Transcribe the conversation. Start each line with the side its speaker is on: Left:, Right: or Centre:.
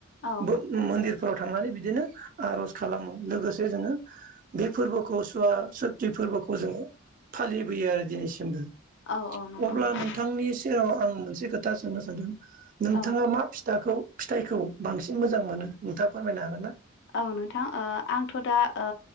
Left: औ
Right: ब मन्दिर फोराव थांनानै बिदिनो आरज खालामो लोगोसे जोङो बे फोरबोखौ सुवा सुति फोरबोखौ जोङो फालिबोयो आरो दिनैसिम। होनदो।
Left: औ औ नंगौ
Right: अब्ला नोंथांनि सेराव आं मोनसे खोथा दा सोंनो सादों। नोंथाङा
Left: औ
Right: मा फि दाखौ फिथाइखौ बांसिन मोजां मोनो नोंथाङा फोरमायनो हागोन ना?
Left: औ नोंथां ओ आंथ' दा ओ